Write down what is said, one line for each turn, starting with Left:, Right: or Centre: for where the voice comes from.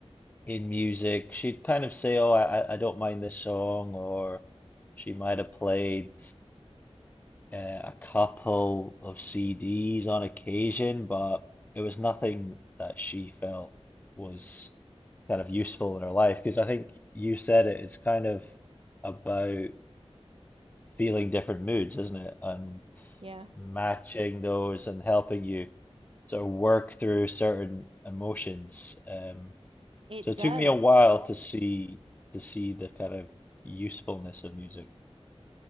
Left: in music. She'd kind of say, "Oh, I I I don't mind this song," or she might have played uh, a couple of CDs on occasion, but it was nothing that she felt was kind of useful in her life. Because I think you said it, it's kind of about feeling different moods, isn't it? And
Right: Yeah,
Left: matching those and helping you sort of work through certain emotions. Um,
Right: it
Left: so it
Right: does.
Left: took me a while to see to see the kind of usefulness of music.